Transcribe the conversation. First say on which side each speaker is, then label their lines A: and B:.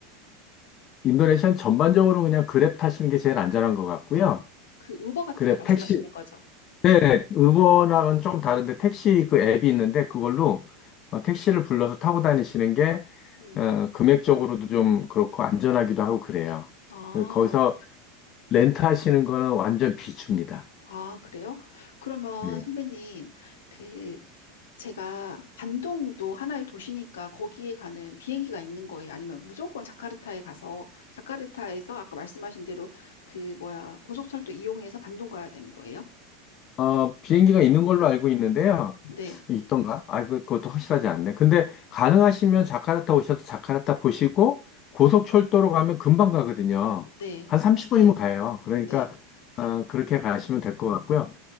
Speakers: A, on the left; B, on the left.
A: 인도네시아는 전반적으로 그냥 그랩 타시는 게 제일 안전한 것 같고요.
B: 그 우버 같은
A: 그랩
B: 거 말씀하시는
A: 택시,
B: 거죠?
A: 네, 우버랑은 좀 다른데 택시 그 앱이 있는데 그걸로 어, 택시를 불러서 타고 다니시는 게
B: 음.
A: 어, 금액적으로도 좀 그렇고 안전하기도 하고 그래요.
B: 아.
A: 그- 거기서 렌트하시는 거는 완전 비춥니다.
B: 아, 그래요? 그러면
A: 네.
B: 선배님, 그, 제가 반동도 하나의 도시니까 거기에 가는 비행기가 있는 거예요? 아니면 무조건 자카르타에 가서, 자카르타에서 아까 말씀하신 대로 그, 뭐야, 고속철도 이용해서 반동 가야 되는 거예요?
A: 어, 비행기가 있는 걸로 알고 있는데요.
B: 네,
A: 있던가? 아, 그- 그것도 확실하지 않네. 근데 가능하시면 자카르타 오셔서 자카르타 보시고 고속철도로 가면 금방 가거든요.
B: 네,
A: 한 30분이면 가요. 그러니까
B: 네.
A: 어, 그렇게 가시면 될 것 같고요.